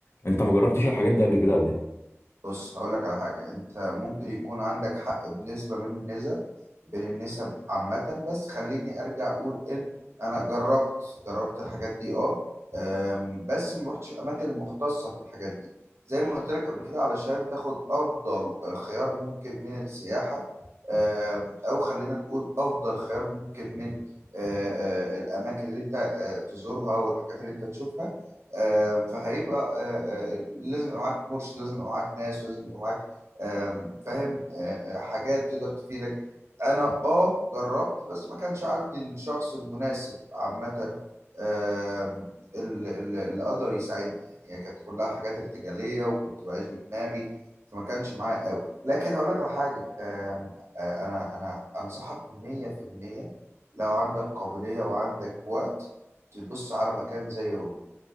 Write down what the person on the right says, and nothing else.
بص هقول لك على حاجة انت ممكن يكون عندك حق بنسبة من النسب بين النسب عامة بس خليني ارجع اقول ان انا جربت جربت الحاجات دي اه أم، بس ما رحتش اماكن مختصة في الحاجات دي زي ما قلت لك قبل كده علشان تاخد افضل خيار ممكن من السياحة أم، او خلينا نقول افضل خيار ممكن من آه، آه، الاماكن اللي انت آه، تزورها والحاجات اللي انت تشوفها آم، فهيبقى آه، آه، لازم يبقى معاك مرشد لازم يبقى معاك ناس لازم يبقى معاك آم، فاهم آه، آه، حاجات تقدر تفيدك انا اه جربت بس ما كانش عندي الشخص المناسب عامة آم، ال- ال- اللي قدر يساعدني يعني هي كانت كلها حاجات ارتجالية وكنت بعيش بدماغي فما كانش معايا قوي لكن هقول لك على حاجة آم، آه، انا انا انصحك 100% لو عندك قابلية وعندك وقت تبص على مكان زي روما